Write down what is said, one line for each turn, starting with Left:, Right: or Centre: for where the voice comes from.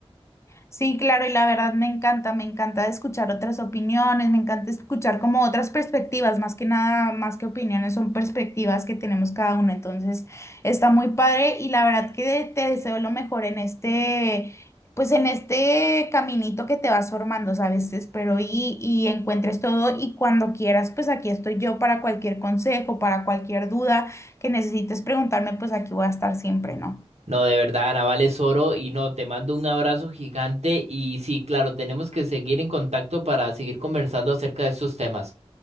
Left: Sí, claro, y la verdad me encanta, me encanta escuchar otras opiniones, me encanta escuchar como otras perspectivas, más que nada, más que opiniones, son perspectivas que tenemos cada uno, entonces está muy padre y la verdad que te deseo lo mejor en este, pues en este caminito que te vas formando, ¿sabes? Espero y, y encuentres todo y cuando quieras, pues aquí estoy yo para cualquier consejo, para cualquier duda que necesites preguntarme, pues aquí voy a estar siempre, ¿no?
Right: No, de verdad, Ana, vales oro y no, te mando un abrazo gigante y sí, claro, tenemos que seguir en contacto para seguir conversando acerca de estos temas.